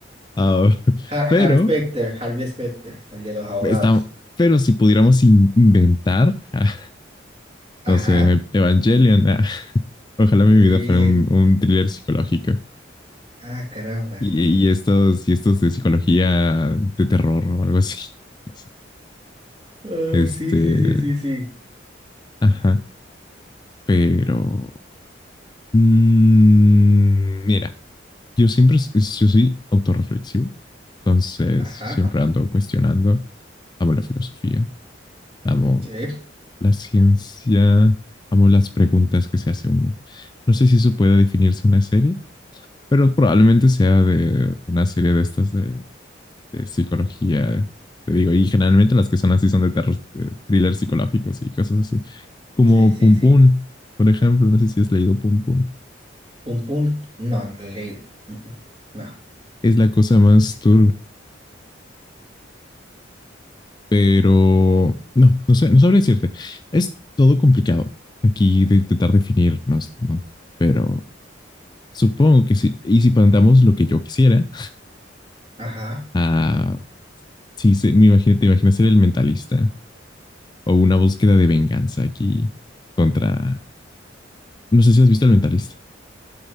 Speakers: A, on the left; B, on the right.
A: Ah, <laughs>
B: Har-
A: pero,
B: Harvey Specter, Harvey Specter, el de los abogados.
A: está, pero si pudiéramos in- inventar, <laughs>
B: Ajá.
A: no sé, Evangelion, ah, ojalá mi
B: Y...
A: vida fuera un, un thriller psicológico.
B: Ah, caramba.
A: Y, y estos, y estos de psicología de terror o algo así. <laughs> No sé.
B: Oh,
A: Este,
B: sí, sí, sí, sí, sí.
A: ajá, pero... Mm, mira, yo siempre, s- yo soy autorreflexivo, entonces
B: Ajá.
A: yo siempre ando cuestionando. Amo la filosofía, amo
B: Sí,
A: la ciencia, amo las preguntas que se hace uno. No sé si eso puede definirse una serie, pero probablemente sea de una serie de estas de, de psicología. Te digo, y generalmente las que son así son de terror, de thrillers psicológicos y cosas así. Como
B: sí, sí,
A: Pum
B: sí.
A: Pum, por ejemplo, no sé si has leído Pum Pum.
B: Un punto. No, le leí. Mm, mm, No.
A: Es la cosa más turbia. pero no, no sé, no sabría decirte. Es todo complicado aquí de intentar definirnos, ¿no? Pero supongo que sí. Y si planteamos lo que yo quisiera,
B: Ajá.
A: ah, sí, se- me imagino, te imaginas ser el mentalista o una búsqueda de venganza aquí contra. No sé si has visto el mentalista.